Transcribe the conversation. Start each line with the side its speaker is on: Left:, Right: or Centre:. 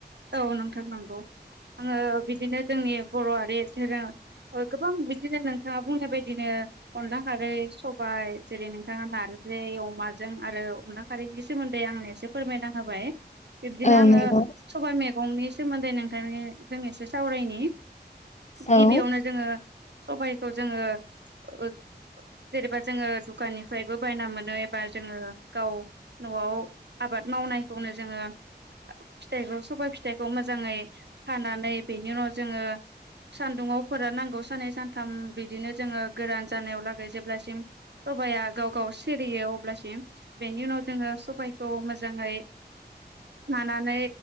Right: औ नोंथां नंगौ। आङो बिदिनो जोंनि बर' हारि धोरोम ओ गोबां बिदिनो नोंथाङा बुंनाय बायदिनो अनला खारै सबाइ जेरै नोंथाङा नारजै अमाजों आरो अनला खारैनि सो मोन्दै आंनो एसे फोरमायना होबाय बिब्दिनो
Left: औ
Right: आङो
Left: नंगौ
Right: सबाइ मेगंनि सोमोन्दै नोंथांनिजों एसे सावरायनि गिबियावनो
Left: औ
Right: जोङो सबाइखौ जोङो ओ जेनेबा जोङो दुखाननिफ्रायबो बायना मोनो एबा जोङो गाव न'आव आबाद मावनायखौनो जोङो फिथाइखौ सबाय फिथाइखौ मोजाङै खानानै बेनि उनाव जोङो सान्दुङाव फोराननांगौ साननै सानथाम बिदिनो जोङो गोरान जानायावलागै जेब्लासिम स बाया गाव गाव सिरियो अब्लासिम बेनि उनाव जोङो सबायखौ मोजाङै नानानै